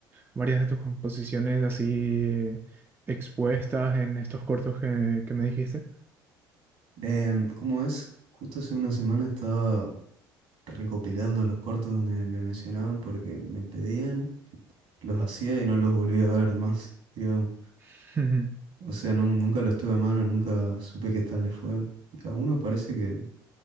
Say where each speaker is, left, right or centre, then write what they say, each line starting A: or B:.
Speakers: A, on the right; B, on the right.
A: varias de tus composiciones así expuestas en estos cortos que, que me dijiste.
B: Em, ¿cómo es? Justo hace una semana estaba recopilando los cortos donde me mencionaban porque me pedían. los hacía y no los volví a ver más, digamos.
A: <laughs> Ujú.
B: O sea, nun- nunca los tuve a mano, nunca supe qué tal les fue. A uno parece que,